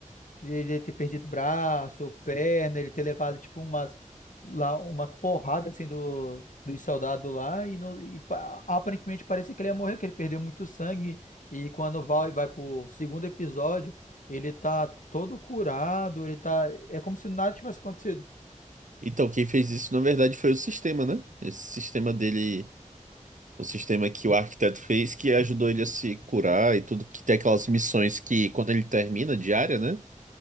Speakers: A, on the left; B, on the right.
A: Ele ter perdido braço ou perna, ele ter levado, tipo, umas, lá, uma porrada, assim, do, dos soldados lá, e, não, e pa- aparentemente parecia que ele ia morrer, que ele perdeu muito sangue, e quando vai, vai pro segundo episódio, ele tá todo curado, ele tá... É como se nada tivesse acontecido.
B: Então, quem fez isso, na verdade, foi o sistema, né? Esse sistema dele, o sistema que o arquiteto fez, que ajudou ele a se curar e tudo, que tem aquelas missões que, quando ele termina diária, né?